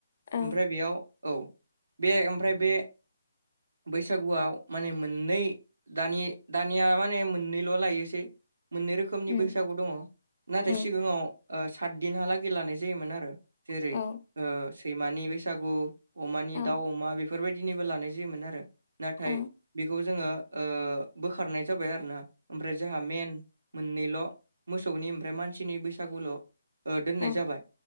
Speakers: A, on the left (about 50°); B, on the right (about 70°).
A: औ
B: ओमफ्राय बेयाव औ बे ओमफ्राय बे बैसागुआव माने मोननै दानि दानिया माने मोननैल' लायोसै मोननै रोखोमनि
A: उम
B: बैसागु दंङो नाथाय
A: उम
B: सिगांङाव ओ सातदिनहा लागै लानाय जायोमोन आरो जेरै
A: औ
B: सैमानि बै- सागु अमानि
A: औ
B: दाउ अमा बेफोरबायदिनिबो लानाय जायोमोन आरो। नाथाय
A: औ
B: बेखौ जोंङो ओ बोखारनाय जाबाय आरोना। ओमफ्राय जोंहा मेन मोननैल' मोसौनि ओमफ्राय मानसिनि बैसागुल' दोननाय
A: औ
B: जाबाय।